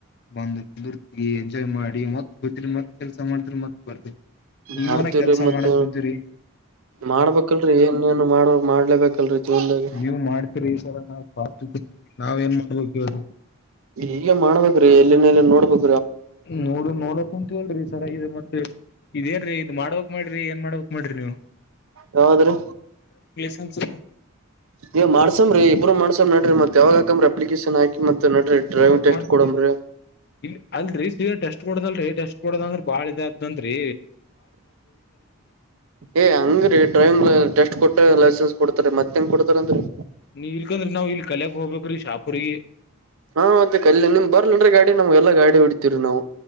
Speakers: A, on the left; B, on the right.
A: ಬಂದ ಕುಂದರ್ತಿ ಎಂಜಾಯ್ ಮಾಡಿ ಮತ್ ಹೋ್ತರಿ ಮತ್ ಕೆಲ್ಸ ಮಾಡ್ತಿರಿ ಮತ್ ಬರ್ತರಿ ನೀವನ
B: ಮಾಡ್ತೀವ್ರಿ
A: ಕೆಲ್ಸ
B: ಮತ್ತ
A: ಮಾಡ ಕುಂತಿರಿ
B: ಮಾಡ್ಬೇಕಲ್ರರಿ ಏನ್ ಏನು ಮಾಡ ಮಾಡ್ಲೇಬೇಕಲ್ರರಿ ಜೀವನ್ದಾಗ
A: ನೀವ್ ಮಾಡ್ತೀರಿ ಈ ತರ ನಾತ ನಾವ್ ಏನ್ ಮಾಡ್ಬೇಕ ಹೇಳ
B: ಈಗ ಮಾಡ್ಬೇಕ್ರೀ ಎಲ್ಲಿನಲ್ಲಿ ನೋಡ್ಬೇಕ
A: ನೋಡು ನೋಡಕ್ ಅಂತವಲ್ರಿ ಸರ ಇ ಮತ್ತೆ ಇದೇನ್ೀ ಮಾಡ್ಬೇಕಕ್ ಮಾಡ್ರಿ ಏನ್ ಮಾಡ್ಬೇಕಕ್ ಮಾಡ್ರಿ ನೀವು
B: ಯಾವದ್ರೀ
A: <unintelligible>
B: ನೀವ್ ಮಾಡ್ಸಂಬ್ರಿ ಇಬ್ಬರು ಮಾಡಸ್ ನಡ್ರ ಮತ್ ಯಾವಾಗ ಹಾಕ್ರಿ ಅಪ್ಲಿಕೇಶನ್ ಹಾಕಿ ಮತ್ತ ನ್ರರಿ ಡ್ರೈವಿಂಗ್
A: ಯಾವಾಗ್
B: ಟೆಸ್ಟ್
A: ಮಾಡ್ತರಿ
B: ಕೊಡಂಬೀ
A: ಇಲ್ ಅಲ್ರಿ ಸೀರಿ ಟೆಸ್ಟ್ ಕೊಡದಲ್ರರಿ ಟೆಸ್ಟ್ ಕೊಡದಂಗ್ರ ಬಾಳ ಇದ ಅದನ್ರಿ
B: ಏ ಹಂಗ್ರೀ ಡ್ರೈವಿಂಗ್ ಟೆಸ್ಟ್ ಕೊಟ್ಟ ಲೈಸೆನ್ಸ್ ಕೊಡ್ತಾರೆ ಮತ್ತೆಂಗ ಕೊಡ್ತಾರ ಅಂದ್ರರಿ
A: ನೀ ಇಲ್ಕಂದ್ರಿ ನಾವ್ ಇಲ್ ಕಲೆಕ್ ಹೋಗಬೇಕ್ರಿ ಶಾಪೂರಿಗೆ
B: ಹಾ ಮತ್ತೆ ಕಲ್ ನಿಮ್ ಬರ್ಲನ್ರಿೀ ಗಾಡಿ ನಮ್ಗೆಲ್ಲಾ ಗಾಡಿ ಹೊಡತಿೀವರಿ ನಾವು